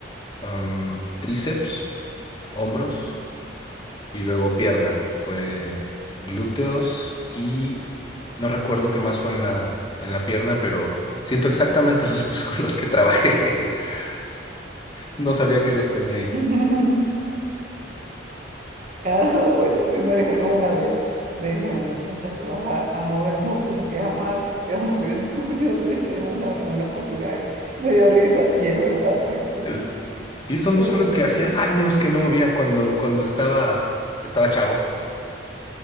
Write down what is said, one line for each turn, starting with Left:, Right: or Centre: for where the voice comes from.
Left: am, tríceps, hombros y luego pierna. Fue glúteos y no recuerdo qué más fue en la, en la pierna, pero siento exactamente los <laughs> músculos que trabajé. <laughs> No sabía que los tenía ahí.
Right: <laughs> Ah, <laughs> bueno, sí me dijeron una vez, me dijeron, muchacha, tú vas a, a mover músculos que jamás habías movido en tu <laughs> vida, me dijeron una en una oportunidad, me dio risa, y es verdad, ¿oíste?
Left: El- y son
Right: De
Left: músculos
Right: verdad
Left: que hacía
Right: que sí.
Left: años que no movía cuando, cuando estaba, estaba chavo.